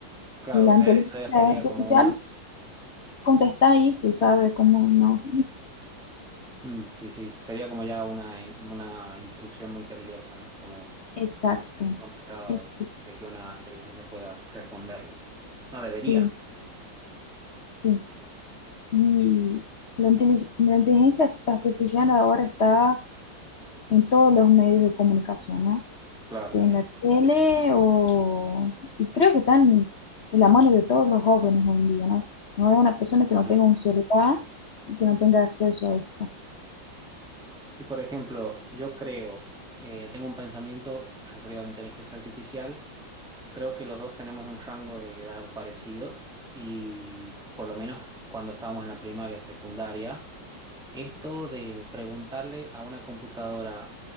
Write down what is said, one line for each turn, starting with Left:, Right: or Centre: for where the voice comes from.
Centre: Claro,
Left: Y la
Centre: o sea,
Left: inteligencia
Centre: eso ya sería
Left: artificial
Centre: como una...
Left: contesta eso, ¿sabe? Como no.
Centre: Mm, sí, sí, sería como ya una, in- una instrucción muy peligrosa, ¿no? Como
Left: Exacto.
Centre: complicado
Left: Exacto,
Centre: de, de que una inteligencia pueda responderlo. No debería.
Left: Sí, sí. Y la inteligencia, la inteligencia artificial ahora está en todos los medios de comunicación, ¿no?
Centre: Claro,
Left: Sea
Centre: sí,
Left: en
Centre: entonces.
Left: la tele o... Y creo que están en la mano de todos los jóvenes hoy en día, ¿no? No hay una persona que no
Centre: Mm.
Left: tenga un celular y que no tenga acceso a eso.
Centre: Y por ejemplo, yo creo, eh, tengo un pensamiento referido a la inteligencia artificial, creo que los dos tenemos un rango de edad parecido y por lo menos cuando estábamos en la primaria, secundaria, esto de preguntarle a una computadora